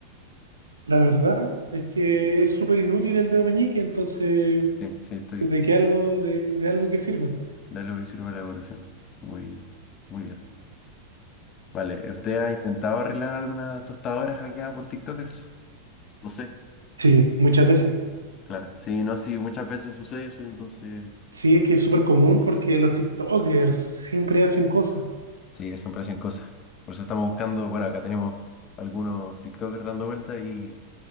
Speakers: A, on the right; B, on the left.
A: La verdad es que es súper inútil el dedo meñique, entonces,
B: Sí, sí, estoy.
A: ¿de qué algo, de, de algo que sirva?
B: Dale que sirve la evolución. Muy, muy bien. Vale, ¿usted ha intentado arreglar alguna tostadora hackeada por TikTokers? No sé.
A: Sí, muchas veces.
B: Claro, sí, no, sí, muchas veces sucede eso, entonces
A: Sí, es que es súper común porque los TikTokers siempre hacen cosas.
B: sí, que siempre hacen cosas. Por eso estamos buscando, bueno, acá tenemos algunos TikTokers dando vueltas y